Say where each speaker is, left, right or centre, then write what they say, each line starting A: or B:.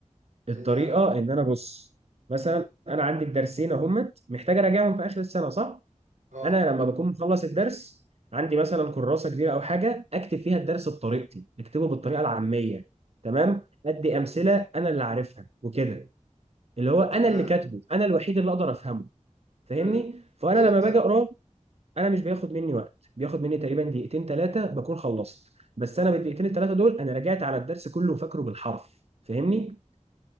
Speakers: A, on the right; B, on the right.
A: الطريقه
B: آه يعني
A: ان انا بص مثلا انا عندي الدرسين اهمت محتاج اراجعهم في اخر السنه صح
B: اه
A: انا لما بكون مخلص الدرس عندي مثلا كراسه كبيره او حاجه اكتب فيها الدرس بطريقتي اكتبه بالطريقه العاميه تمام ادي
B: امم
A: امثله انا اللي عارفها وكده اللي هو انا
B: تمام
A: اللي كاتبه انا الوحيد اللي اقدر افهمه فاهمني
B: امم
A: فانا
B: ايوه
A: لما
B: فاهم
A: باجي اقراه انا مش بياخد مني وقت بياخد مني تقريبا دقيقتين ثلاثه بكون خلصت بس انا
B: وبت-
A: بالدقيقتين الثلاثه دول انا رجعت على الدرس كله وفاكره بالحرف فاهمني